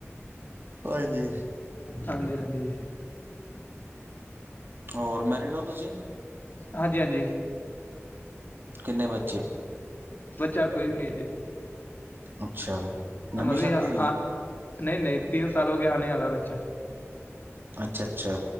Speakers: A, on the right; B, on the left.
A: ਹਾਂਜੀ।
B: ਹਾਂਜੀ - ਹਾਂਜੀ।
A: ਹੋਰ ਮੈਰਿਡ ਓ ਤੁਸੀਂ।
B: ਹਾਂਜੀ - ਹਾਂਜੀ।
A: ਕਿੰਨੇ ਬੱਚੇ?
B: ਬੱਚਾ ਕੋਈ ਵੀ ਨੀ ਅਜੇ
A: ਅੱਛਾ ਨਵੀਂ
B: ਅਮਰ
A: ਸ਼ਾਦੀ
B: ਵੀ ਹ।
A: ਹੋਈ ਹੈ
B: ਨਈ ਨਈ ਤਿੰਨ ਸਾਲ ਹੋ ਗਿਆ। ਆਣੇ ਵਾਲਾ ਬੱਚਾ
A: ਅੱਛਾ - ਅੱਛਾ